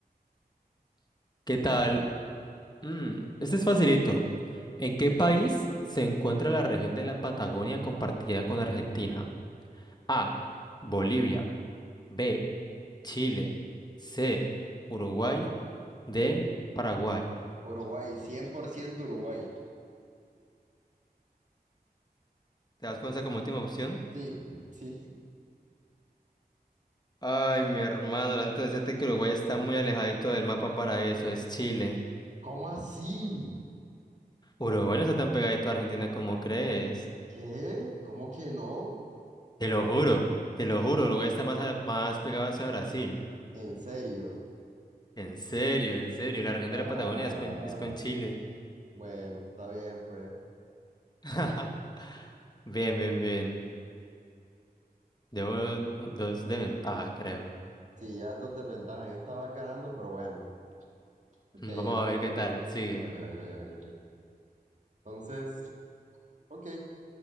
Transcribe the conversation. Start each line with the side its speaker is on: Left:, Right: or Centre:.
Left: <laughs> ¿Qué tal? Mm, este es facilito. ¿En qué país se encuentra la región de la Patagonia compartida con Argentina? A. Bolivia. B. Chile. C. Uruguay. D. Paraguay.
Right: Uruguay, 100% Uruguay.
Left: ¿Te das cuenta como última opción?
Right: Sí, sí.
Left: Ay, mi hermano, antes de decirte que Uruguay está muy alejadito del mapa para eso, es Chile.
Right: ¿Cómo así?
Left: Uruguay no está tan pegadito a Argentina como crees.
Right: ¿Qué? ¿Cómo que no?
Left: Te lo juro, te lo juro, Uruguay está más, a- más pegado hacia Brasil.
Right: ¿En serio?
Left: En serio, en serio, la región
Right: Ah,
Left: de la Patagonia es con, es con Chile.
Right: bueno, está bien, pues.
Left: <laughs> Bien, bien, bien. Debo dos de ventaja, creo. <laughs>
Right: Sí, ya dos desventajas. En esta vas ganando, pero bueno. Ok,
Left: Mm, Vamos
Right: ahora
Left: a ver
Right: vengo
Left: qué tal,
Right: yo.
Left: sigue.
Right: Vengo yo, vengo yo, vengo yo. Entonces, ok.